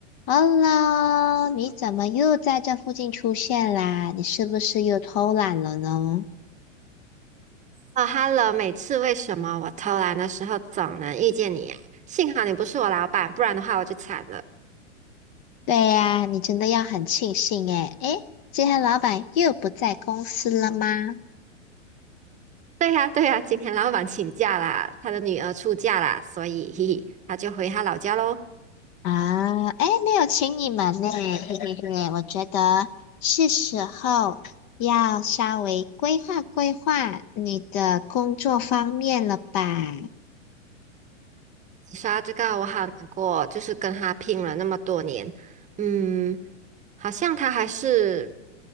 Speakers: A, on the left; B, on the right.
A: Hello，你怎么又在这附近出现啦？你是不是又偷懒了呢？
B: 哦，Hello，每次为什么我偷懒的时候总能遇见你呀、幸好你不是我老板，不然的话我就惨了。
A: 对呀，你真的要很庆幸诶。诶，今天老板又不在公司了吗？
B: 对呀、对呀、今天老板请假啦，他的女儿出嫁啦，所以嘿嘿，他就回他老家喽。
A: 啊，诶，没有请你们呢，嘿嘿嘿，我觉得是时候要稍微规划规划你的工作方面了吧？
B: 你说到这个，我好难过，就是跟他拼了那么多年，嗯，好像他还是